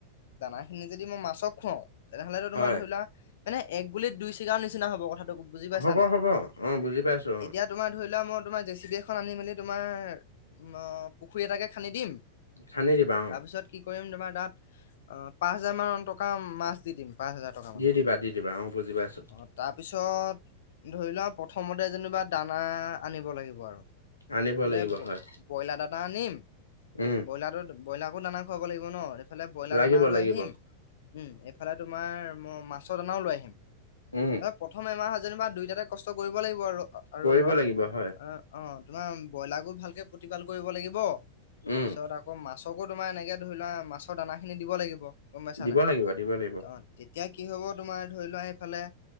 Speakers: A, on the left; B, on the left.
A: দানাখিনি যদি মই মাছক খুৱাওঁ তেনেহলেতো
B: হয়,
A: তোমাৰ ধৰি লোৱা মানে এক গুলিত দুই ছিগাৰ নিচিনা হব কথাটো বুজি পাইছা
B: হ'ব
A: নাই
B: - হ'ব, অ', বুজি পাইছো অ',
A: এতিয়া তোমাৰ ধৰি লোৱা মই তোমাৰ জেচি বি এখন আনি মেলি তোমাৰ অ, পুখুৰী এটাকে খান্দি দিম।
B: খান্দি দিবা অ',
A: তাৰপিছত কি কৰিম তোমাৰ তাত অ, পাঁচ হাজাৰ মান টকা মাছ দি দিম পাঁচ হাজাৰ টকা মানৰ
B: দি দিবা, দি দিবা অ, বুজি পাইছো।
A: অ তাৰপিছত ধৰি লোৱা প্ৰথমতে যেনিবা দানা আনিব লাগিব আৰু
B: আনিব
A: এইফালে
B: লাগিব হয়,
A: ব্ৰইলাৰ এটা আনিম,
B: উম,
A: ব্ৰইলাৰটো ব্ৰইলাৰকো দানা খাৱাব লাগিব ন' এইফালে ব্ৰইলাৰ
B: লাগিব,
A: দানা
B: লাগিব,
A: লৈ আহিম, উম, ইফালে তোমাৰ মই মাছৰ দানাও লৈ আহিম
B: উম,
A: অ, প্ৰথম এমাহ যেনিবা দুইটাতে কষ্ট কৰিব লাগিব আৰু আৰু
B: কৰিব
A: অলপ অ',
B: লাগিব হয়,
A: তোমাৰ ব্ৰইলাৰ গোৰ ভালকে প্ৰতিপাল কৰিব লাগিব, তাৰপিছত
B: উম,
A: আকৌ মাছ চকু তোমাৰ এনেকৈ ধৰি লোৱা মাছৰ দানাখিনি দিব লাগিব গম পাইছা
B: দিব
A: নাই?
B: লাগিব, দিব লাগিব
A: তেতিয়া কি হব তোমাৰ ধৰি লোৱা এইফালে